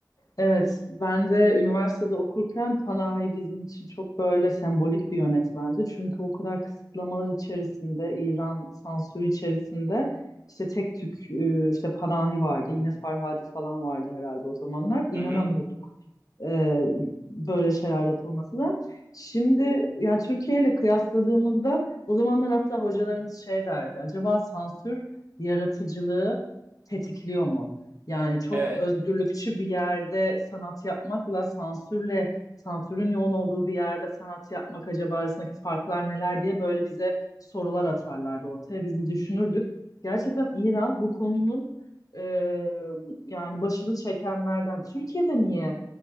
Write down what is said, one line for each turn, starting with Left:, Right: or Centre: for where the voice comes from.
Left: Evet, ben de üniversitede okurken Panahi bizim için çok böyle sembolik bir yönetmendi. Çünkü o kadar kısıtlamalar içerisinde, İran sansürü içerisinde işte tek tük e, işte Panahi vardı. Yine Farhadi falan vardı herhalde o zamanlar. İnanamıyorduk
Right: Hı hı.
Left: e, böyle şeyler yapılması da. Şimdi yani Türkiye ile kıyasladığımızda o zamanlar hatta hocalarımız şey derdi. Acaba sansür yaratıcılığı tetikliyor mu? Yani çok
Right: Evet.
Left: özgürlükçü bir yerde sanat yapmakla sansürle sansürün yoğun olduğu bir yerde sanat yapmak acaba arasındaki farklar neler diye böyle bize sorular atarlardı ortaya. Biz de düşünürdük. Gerçekten İran bu konunun e, yani başını çekenlerden. Türkiye'de niye?